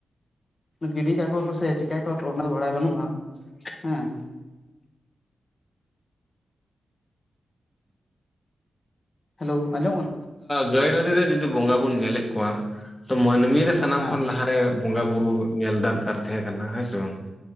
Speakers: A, on the left (about 45°); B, on the left (about 20°).
A: ᱜᱤᱰᱤ ᱠᱟᱠᱚᱣᱟ ᱠᱚ ᱥᱮ ᱪᱤᱠᱟᱹ ᱠᱚᱣᱟ ᱠᱚ ᱚᱱᱟ ᱫᱚ ᱵᱟᱲᱟᱭ ᱵᱟᱹᱱᱩᱜᱼᱟ ᱦᱮᱸ᱾ ᱦᱮᱞᱳ ᱟᱸᱡᱚᱢ ᱠᱟᱱᱟ?
B: ᱜᱟᱹᱭ ᱰᱟᱹᱱᱰᱤᱨᱮ ᱡᱩᱫᱤ ᱵᱚᱸᱜᱟ ᱵᱩᱱ ᱧᱮᱞᱮᱫ ᱠᱚᱣᱟ ᱛᱚ ᱢᱟᱹᱱᱢᱤ ᱨᱮ ᱥᱟᱱᱟᱢ
A: ᱠᱟᱱᱟ ᱦᱮᱸ
B: ᱠᱷᱚᱱ ᱞᱟᱦᱟᱨᱮ ᱵᱚᱸᱜᱟ ᱵᱩᱨᱩ ᱧᱮᱞ ᱫᱟᱨᱠᱟᱨ ᱛᱟᱦᱮᱸ ᱠᱟᱱᱟ ᱦᱮᱸ ᱥᱮ ᱵᱟᱝ?